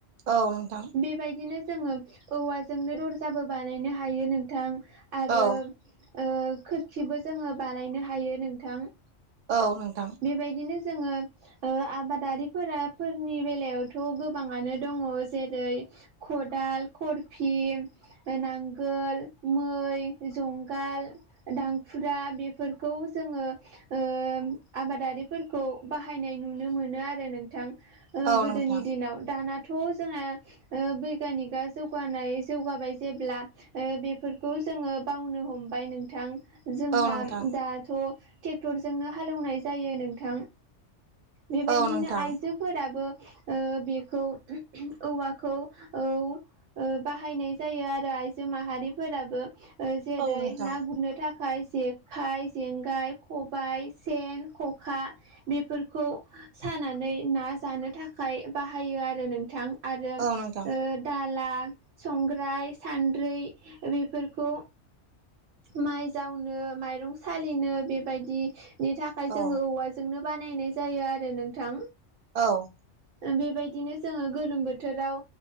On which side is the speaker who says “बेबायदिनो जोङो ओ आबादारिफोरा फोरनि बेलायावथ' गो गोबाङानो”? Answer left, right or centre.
Right